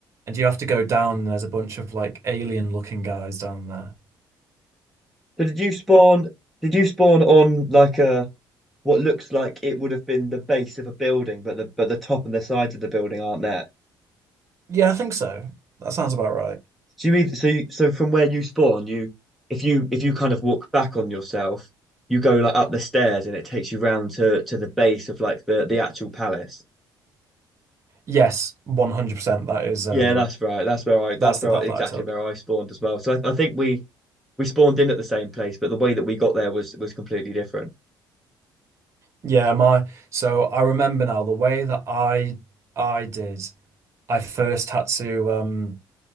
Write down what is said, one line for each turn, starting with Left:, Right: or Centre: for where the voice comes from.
Right: and you have to go down. And there's a bunch of like alien looking guys down there.
Centre: So did you spawn did you spawn on like a what looks like it would have been the base of a building, but the but the top and the sides of the building aren't there?
Right: Yeah, I think so. That sounds about right.
Centre: So you either, so you, so from where you spawn, you if you if you kind of walk back on yourself, you go like up the stairs and it takes you round to to the base of like the the actual palace.
Right: Yes, 100%. That is um,
Centre: Yeah, that's right. That's where I that's
Right: that's the
Centre: where
Right: path
Centre: I, exactly
Right: that I took.
Centre: where I spawned as well. So I, I think we we spawned in at the same place, but the way that we got there was was completely different.
Right: Yeah, my so I remember now the way that I I did. I first had to um.